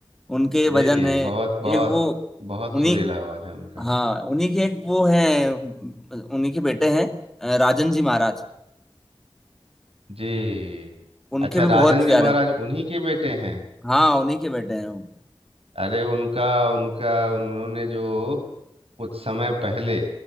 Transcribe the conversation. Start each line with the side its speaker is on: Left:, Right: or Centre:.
Centre: उनके
Right: जी
Centre: भजन
Right: जी
Centre: है
Right: बहुत बहुत
Centre: एक वो
Right: बहुत
Centre: उन्हीं
Right: सुरीला आवाज है उनका
Centre: हाँ उन्हीं के एक वो है उन्हीं के बेटे हैं अ, राजन जी महाराज
Right: जी
Centre: उनके
Right: अच्छा
Centre: भी
Right: राजन
Centre: बहुत
Right: जी
Centre: प्यारे
Right: महाराज उन्हीं के बेटे हैं
Centre: हाँ उन्हीं के बेटे हैं वो
Right: अरे उनका उनका उन्होंने जो कुछ समय पहले